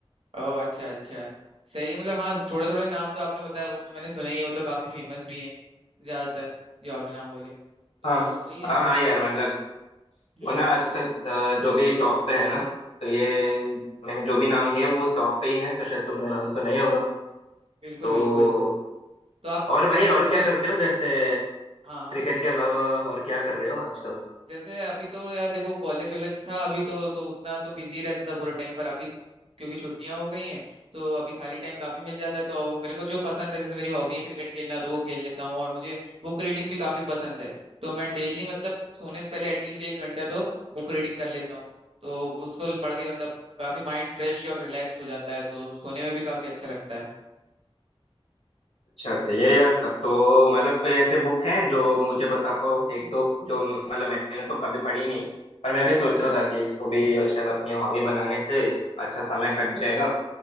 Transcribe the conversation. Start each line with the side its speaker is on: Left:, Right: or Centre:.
Right: ओह अच्छा अच्छा सही है मतलब हाँ थोड़े थोड़े नाम तो आपने बताया वो तो मैंने सुने ही है वो तो काफी फेमस भी हैं ज्यादातर जो आपने नाम बोले तो
Left: हाँ
Right: सही है
Left: हाँ हाँ यार मतलब
Right: हम्म
Left: वो ना आजकल अ, जो भी टॉप पे है ना तो ये मैंने जो भी नाम लिए वो टॉप पे ही है तो शायद तुमने नाम सुना ही होगा
Right: बिल्कुल
Left: तो
Right: बिल्कुल तो आप
Left: और
Right: मतलब
Left: भाई और
Right: फुटबॉल
Left: क्या करते हो जैसे
Right: हाँ हाँ
Left: क्रिकेट के अलावा और क्या कर रहे हो आजकल
Right: जैसे अभी तो यार देखो कॉलेज वॉलेज था अभी तो तो उतना तो बिजी रहता था पूरे टाइम पर अभी क्योंकि छुट्टियां हो गई हैं तो अभी खाली टाइम काफी मिल जाता है तो अब मेरे को जो पसंद है जैसे मेरी हॉबी है क्रिकेट खेलना तो वो खेल लेता हूँ और मुझे बुक रीडिंग भी काफी पसंद है तो मैं डेली मतलब सोने से पहले एटलीस्ट एक घंटा तो बुक रीडिंग कर लेता हूँ तो उसको पढ़ के मतलब काफी माइंड फ्रेश और रिलैक्स हो जाता है तो सोने में भी काफी अच्छा लगता है
Left: अच्छा सही है यार तब तो मतलब कोई ऐसे बुक हैं जो मुझे बता पाओ एक दो जो मतलब मैंने तो कभी पढ़ी नहीं पर मैं भी सोच रहा था कि इसको भी शायद अपनी हॉबी बनाने से अच्छा समय कट जाएगा